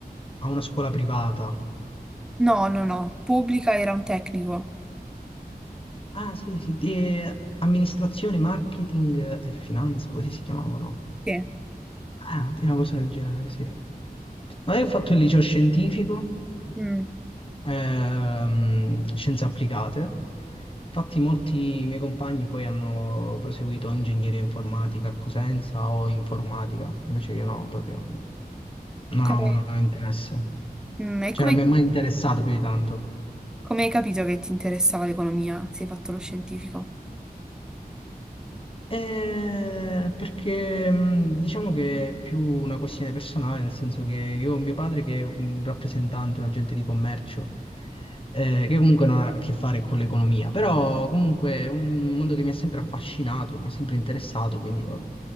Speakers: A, on the left (about 35°); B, in the centre.
A: a una scuola privata.
B: no, no, no, pubblica era un tecnico.
A: Ah, sì, sì, di eh, amministrazione, marketing e finanza, così si chiamavano.
B: Sì.
A: Ah, di una cosa del genere, sì. No, io ho fatto il liceo scientifico,
B: Mm.
A: ehm, scienze applicate. Infatti molti miei compagni poi hanno proseguito ingegneria informatica a Cosenza o informatica, invece io no, proprio non
B: Come,
A: ho, non ho interesse.
B: mm, e
A: Cioè
B: come,
A: non mi è mai interessato più di tanto.
B: come hai capito che ti interessava l'economia? Sei fatto lo scientifico?
A: Eh, perché mh, diciamo che è più una questione personale, nel senso che io ho mio padre che è un rappresentante, un agente di commercio, eh, che comunque non ha a che fare con l'economia, però comunque è un mondo che mi ha sempre affascinato, mi è sempre interessato, quindi ho